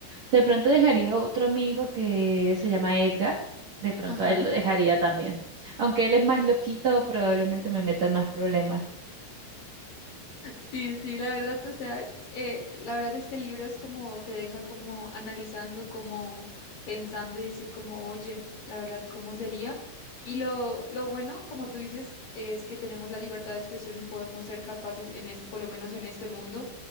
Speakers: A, on the right (about 55°); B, on the left (about 45°).
A: De pronto dejaría otro amigo que se llama Edgar. De pronto
B: Ajá.
A: a él lo dejaría también. Aunque él es más
B: Ok.
A: loquito, probablemente me metan más problemas.
B: Sí, sí, la verdad, o sea, eh, la verdad este libro es como te deja como analizando, como pensando y decir como, oye, la verdad, ¿cómo sería? Y lo, lo bueno, como tú dices, es que tenemos la libertad de expresión y podemos ser capaces en este, por lo menos en este mundo,